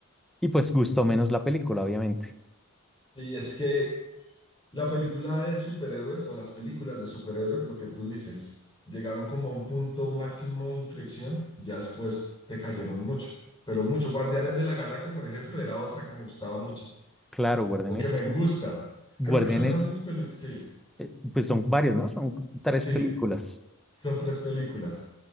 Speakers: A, in the centre; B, on the left (about 20°).
A: y pues gustó menos la película, obviamente.
B: Sí, es que La película de superhéroes o las películas de superhéroes, lo que tú dices, llegaron como a un punto máximo de inflexión y ya después te cayeron mucho. Pero mucho. Guardianes de la Galaxia, por ejemplo, era otra que me gustaba mucho
A: Claro, Guardianes
B: o que me
A: es un-
B: gusta.
A: Guardianes,
B: Creo que son eran mis películas. Sí,
A: eh, pues son varias, ¿no? Son tres
B: sí,
A: películas.
B: son tres películas.